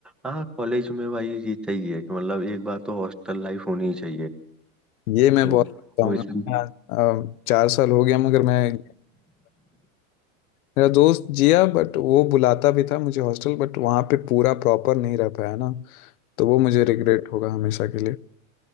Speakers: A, in the centre; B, on the left (about 80°).
A: हाँ कॉलेज में भाई ये चाहिए कि मतलब एक बार तो हॉस्टल लाइफ होनी चाहिए
B: ये मैं
A: तो
B: बहुत बताऊंगा
A: वो इस
B: अ, चार साल हो गया मगर मैं मेरा दोस्त जिया बट वो बुलाता भी था मुझे हॉस्टल बट वहाँ पे पूरा प्रॉपर नहीं रह पाया ना तो वो मुझे रिग्रेट होगा हमेशा के लिए